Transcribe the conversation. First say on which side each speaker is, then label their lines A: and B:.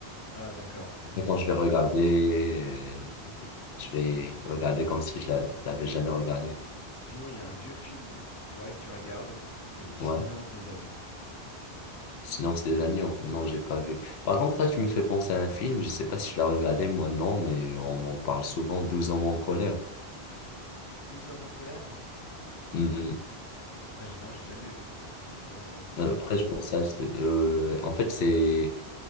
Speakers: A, on the left; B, on the left.
A: Ah, d'accord.
B: Après, quand
A: Ok.
B: je vais regarder, euh, je vais regarder comme si je la- l'avais jamais regardé.
A: Sinon, il y a un vieux film qu'il faudrait que tu regardes, c'est Le Silence
B: Ouais.
A: des agneaux.
B: Silence des agneaux. Non, j'ai pas vu. Par contre, là, tu me fais penser à un film. Je sais pas si je l'ai regardé, moi, non, mais on m'en parle souvent, douze hommes en colère.
A: Douze hommes en colère?
B: Hmm.
A: Ah, j'ai non, j'ai jamais vu. Ouais, C'est quoi ça?
B: Euh, Après, je pense à... euh, en fait, c'est